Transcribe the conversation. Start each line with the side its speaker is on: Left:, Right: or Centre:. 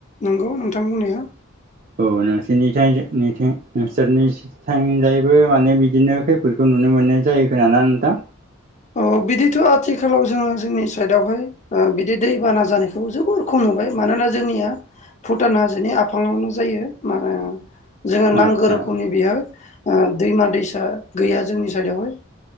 Left: नंगौ नोंथां बुंनाया
Right: औ नोंसोरनिथाय जों नोंथो नोंसोरनिज थांजायैबो माने बिदिनो खैफोदखौ नु नुनो मोननाय जायो खोनाना नोंथां?
Left: औ बिदिथ' आथिखालाव जोङो जोंनि साइदावहाय ओ बिदि दैबाना जानायखौ जोबोर खम नुबाय मानोना जोंनिया भुटान हाजोनि आफाङावनो जायो मा <unintelligible> जोङो नांगौ
Right: आदसा
Left: रोखोमनि बेयो दैमा दैसा गैया जोंनि साइडआवहाय